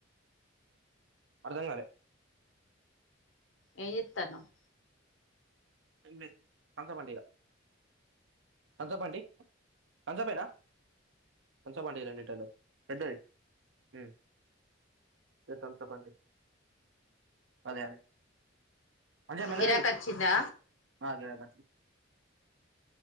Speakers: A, on the right; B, on the left.
A: అర్ధం గాలే
B: ఏం జేతన్నవ్
A: ఎమ్ లేదు కంక బండియ ఆ చెప్ ఆంటీ అంసె పేనా తమ్సప్ అంట ఇయ్ రెండు లీటర్లు పెద్దది ఉ రె తమ్సప్ అంట అదే అదే అనసూయ మెల్లగా
B: గిరాకి
A: దియ్
B: వచ్చిందా
A: ఆ గీడ్ దాకా అచ్చింది